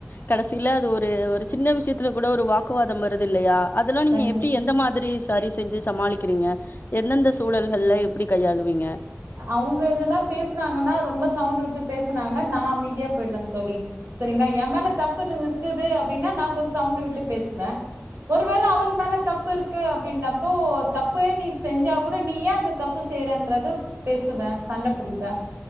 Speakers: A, on the left; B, on the right.
A: கடைசியில அது ஒரு ஒரு சின்ன விஷயத்துல கூட ஒரு வாக்குவாதம் வருது இல்லையா அதெல்லாம் நீங்க
B: கண்டி
A: எப்படி எந்த மாதிரி சரி செஞ்சு சமாளிக்கிறீங்க எந்தெந்த சூழல்கள்ல எப்டி கையாளுவிங்க
B: அவங்க எதனா பேசனாங்கன்னா ரொம்ப சவுண்ட் விட்டு பேசனாங்கன்னா நான் அமைதியா போயிடுவேன் தோலி சரிங்களா என் மேல தப்பு இருக்குது அப்படின்னா நான் கொஞ்சம் சவுண்ட் விட்டு பேசுவேன் ஒருவேள அவர் மேல தப்பு இருக்கு அப்படின்னப்போ தப்பே நீ செஞ்சா கூட நீ ஏன் அந்த தப்பு செய்யறன்றது பேசுவேன் சண்டபுடி பான்